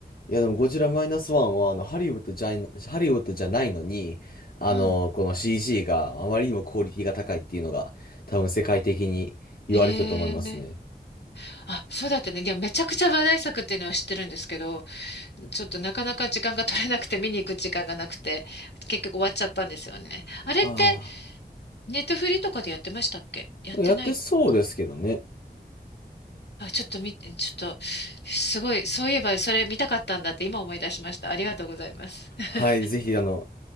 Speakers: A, on the left (about 60°); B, on the left (about 85°).
A: いや、でも、ゴジラマイナスワンは、あの、ハリウッドじゃい、ハリウッドじゃないのに、あの、
B: うん。
A: この CG があまりにもクオリティが高いっていうのが、多分世界的に言われてたと思いますね。
B: へえ。あ、そうだったね。いや、めちゃくちゃ話題作っていうのは知ってるんですけど、ちょっとなかなか時間が取れなくて見に行く時間がなくて、結局終わっちゃったんですよね。あれって、
A: あ
B: ネットフリとかでやってましたっけやってないか。
A: あ、やってそうですけどね。
B: あ、ちょっと見て、ちょっと、すごい、そういえばそれ見たかったんだって今思い出しました。ありがとうございます。
A: はい、
B: <laughs>
A: ぜひ、あの、